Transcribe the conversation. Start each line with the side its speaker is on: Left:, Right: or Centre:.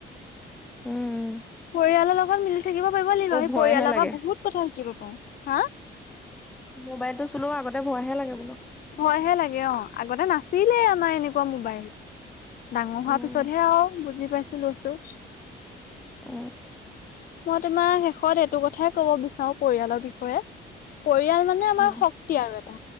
Centre: উম উ
Left: পৰিয়ালৰ লগত মিলি থাকিব পাৰিব লাগিব আমি
Centre: ভয়হে
Left: পৰিয়ালৰ
Centre: লাগে।
Left: পৰা বহুত কথা শিকিব পাৰো হা
Centre: মোবাইলটো চোও আগতে ভয়াহে লাগে বোলো
Left: ভয় হে লাগে অ আগতে নাছিলেই আমাৰ এনেকুৱা মোবাইল ডাঙৰ হোৱা
Centre: উম,
Left: পিছতহে আৰু বুজি পাইছো লৈছো
Centre: উ
Left: মই তোমাৰ শেষত এইটো কথাই কব বিচাৰো পৰিয়ালৰ বিষয়ে পৰিয়াল মানে আমাৰ
Centre: উম,
Left: শক্তি আৰু এটা